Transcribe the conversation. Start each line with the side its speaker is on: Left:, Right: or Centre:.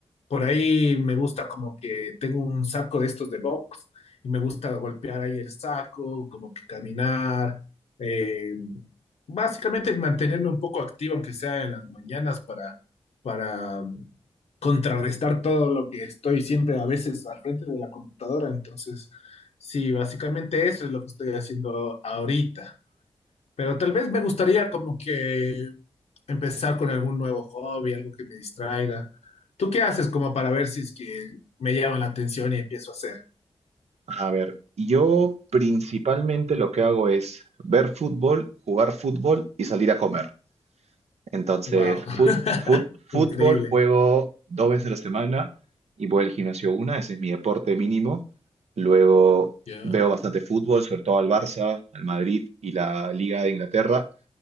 Left: por ahí me gusta como que tengo un saco de estos de box y me gusta golpear ahí el saco, como que caminar, eh, básicamente mantenerme un poco activo, aunque sea en las mañanas, para, para um, contrarrestar todo lo que estoy siempre a veces al frente de la computadora. Entonces, sí, básicamente eso es lo que estoy haciendo ahorita. Pero tal vez me gustaría como que empezar con algún nuevo hobby, algo que me distraiga. ¿Tú qué haces como para ver si es que me llama la atención y empiezo a hacer?
Right: A ver, yo principalmente lo que hago es ver fútbol, jugar fútbol y salir a comer. Entonces,
Left: Wow, <laughs>
Right: fut- fut- fútbol
Left: increíble.
Right: juego dos veces a la semana y voy al gimnasio una, ese es mi deporte mínimo. Luego
Left: Ya,
Right: veo bastante fútbol, sobre todo al Barça, al Madrid y la Liga de Inglaterra.